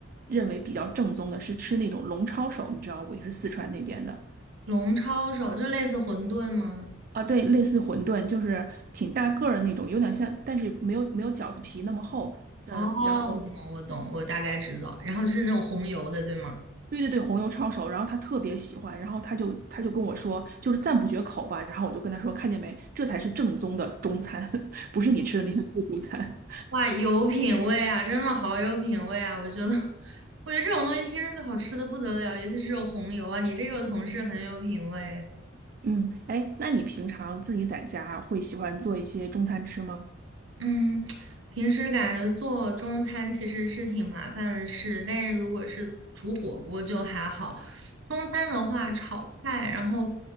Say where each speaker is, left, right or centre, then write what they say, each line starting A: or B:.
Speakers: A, on the right; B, on the right.
A: 认为比较正宗的，是吃那种龙抄手，你知道，我也是四川那边的
B: 龙抄手就类似馄饨吗？
A: 啊，对，类似馄饨，就是挺大个儿的那种，有点像，但是没有没有饺子皮那么厚，嗯，
B: 哦，
A: 然后
B: 我懂，我懂，我大概知道。然后是那种红油的，对吗？
A: 对对对，红油抄手，然后他特别喜欢，然后他就他就跟我说，就是赞不绝口吧。然后我就跟他说，看见没，这才是正宗的中餐，<laughs> 不是你吃的那些自助餐。
B: 哇，有品味啊，真的好有品味啊！我觉得，<laughs> 我觉得这种东西听着就好吃的不得了，尤其是这种红油啊，你这个同事很有品味。
A: <laughs> 嗯，哎，那你平常自己在家会喜欢做一些中餐吃吗？
B: 嗯，平时感觉做中餐其实是挺麻烦的事，但是如果是煮火锅就还好。中餐的话，炒菜，然后